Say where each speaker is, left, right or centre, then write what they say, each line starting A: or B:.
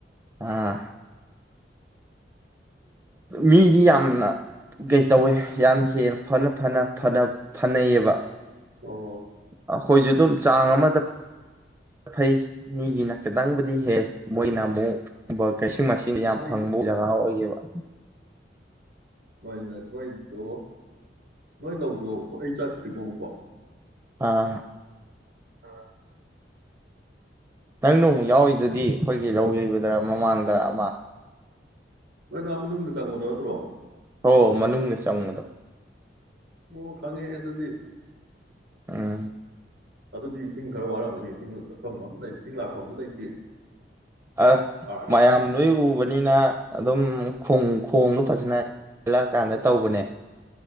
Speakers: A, on the right; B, on the right.
A: ꯑꯥ ꯃꯤꯗꯤ ꯌꯥꯝꯅ ꯀꯩ ꯇꯧꯋꯦ ꯌꯥꯝ ꯍꯦꯟꯅ ꯐꯅ ꯐꯅꯅ ꯐꯅꯩꯌꯦꯕ
B: ꯑꯣ
A: ꯑꯩꯈꯣꯏꯁꯨ ꯑꯗꯨꯝ ꯆꯥꯡ ꯑꯃꯗ ꯐꯩ ꯃꯤꯒꯤꯅ ꯈꯤꯇꯪꯕꯨꯗꯤ ꯍꯦ ꯃꯣꯏꯅ ꯀꯩꯁꯤꯡ ꯃꯥꯏꯁꯤꯡ ꯌꯥꯝ
B: ꯅꯣꯏꯗꯣ
A: ꯐꯪꯕ ꯖꯒꯥ ꯑꯣꯏꯈꯤꯕꯕ
B: ꯅꯣꯏꯅ ꯅꯣꯏꯗꯣ ꯅꯣꯏ ꯂꯧꯊꯣꯛ ꯑꯩ ꯆꯥꯛꯠꯇ꯭ꯔꯤꯔꯤꯕꯨꯡꯐꯣ
A: ꯑꯥ
B: ꯑꯥ
A: ꯅꯪꯅꯣ ꯌꯥꯎ ꯏ ꯑꯗꯨꯗꯤ ꯑꯩꯈꯣꯏꯒꯤ ꯂꯧ ꯌꯩꯕ ꯗ ꯃꯃꯥꯡꯗ꯭ꯔ ꯑꯃ
B: ꯅꯣꯏ ꯅꯍ ꯃꯅꯨꯡꯗ ꯆꯪꯕꯗꯣ ꯅꯠꯇ꯭ꯔꯣ
A: ꯑꯣ ꯃꯅꯨꯡꯅꯦ ꯆꯪꯕꯗꯣ
B: ꯋꯥ ꯈꯪꯉꯦ ꯍꯥꯏ ꯑꯗꯨꯗꯤ
A: ꯑꯝ
B: ꯑꯗꯨꯗꯤ ꯏꯁꯤꯡ ꯈꯔ ꯋꯥꯔꯝꯒꯅꯤ ꯏꯁꯤꯡꯗ ꯆꯠꯐꯝ ꯑꯃ ꯂꯩ ꯏꯁꯤꯡ ꯂꯥꯛꯐꯝꯁꯨ ꯂꯩꯇꯦ
A: ꯑ
B: ꯑꯥ
A: ꯃꯌꯥꯝ ꯂꯣꯏ ꯎꯕꯅꯤꯅ ꯑꯗꯨꯝ ꯈꯣꯡꯗꯣ ꯐꯖꯅ ꯍꯜꯂꯛ ꯀꯥꯟꯗ ꯇꯧꯕꯅꯦ